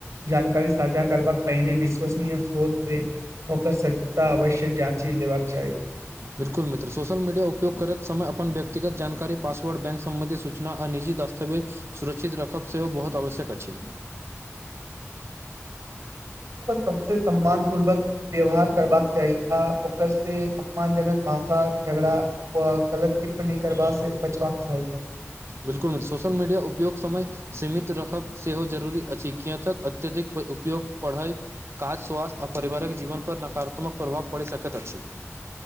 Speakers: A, on the right (about 75°); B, on the right (about 60°).
A: जानकारी साझा करबाक पहिने विश्वसनीय स्रोत से ओकर सतता अवश्य जाँची लेबाक चाही
B: बिल्कुल मित्र सोशल मीडिया उपयगैत समय अपन व्यक्त व्यक्तगत जानकारीाससवर्ड बैंक सम्बन्धी सूचना आ निजी दस्तवेज सुरक्षित रखब सेहो बहुत आवश्यक अछि <unintelligible>
A: सबस सम्मान पूर्वक व्यवहार करबाक चाही आ ओकर से अपमानजनक भाषा झगड़ा गलत टिप्पणी करबा से बचवाक चाही
B: बिल्कुल सोशल मीडिया उपयोग समय सीमित रखब सेहो जरूरी अछि किए तक अत्यधिक उपयोग पढ़य काज स्वास्थ्य आ पिवारिक जीवन पर नकारात्मक प्रभाव पड़ि सकैत अछि <inaudible>